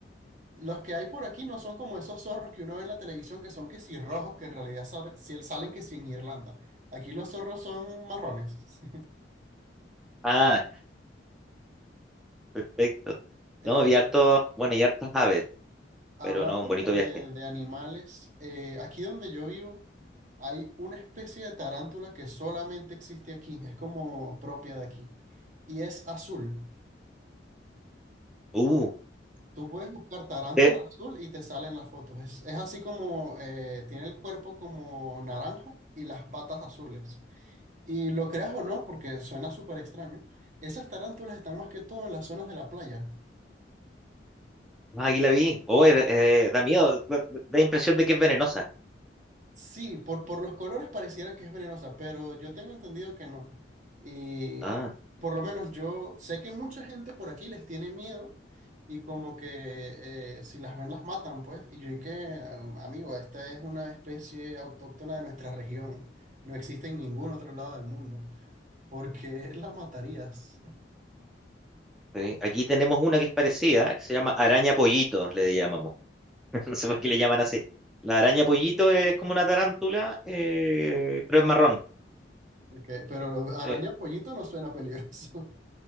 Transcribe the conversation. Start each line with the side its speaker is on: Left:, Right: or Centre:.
Right: Los que hay por aquí no son como esos zorros que uno ve en la televisión que son que si rojos, que en realidad sal- si- salen que si en Irlanda. Aquí los zorros son marrones. <laughs>
Centre: Ah, perfecto.
Right: Eh,
Centre: No, vi hartos, bueno, y hartas aves,
Right: hablando
Centre: pero no, un bonito
Right: de,
Centre: viaje.
Right: de- de animales, eh, aquí donde yo vivo hay una especie de tarántula que solamente existe aquí, es como propia de aquí, y es azul.
Centre: Uh,
Right: Tú puedes buscar tarántula
Centre: eh,
Right: azul y te salen las fotos. Es, es así como eh, tiene el cuerpo como naranja y las patas azules. Y lo creas o no, porque suena súper extraño, esas tarántulas están más que todo en las zonas de la playa.
Centre: ah, aquí la vi. Oh, eh, eh, da miedo, da da impresión de que es venenosa.
Right: Sí, por, por los colores pareciera que es venenosa, pero yo tengo entendido que no. Y
Centre: Ah.
Right: por lo menos yo sé que mucha gente por aquí les tiene miedo y como que eh, si las ven las matan, pues. Y yo y que, am- amigo, esta es una especie autóctona de nuestra región. No existe en ningún otro lado del mundo. ¿Por qué la matarías?
Centre: ¿sí? Aquí tenemos una que es parecida, que se llama araña pollito, le llamamos. <laughs> No sé por qué le llaman así. La araña pollito es como una tarántula, eh, pero es marrón.
Right: Porque- pero araña
Centre: sí.
Right: pollito no suena peligroso.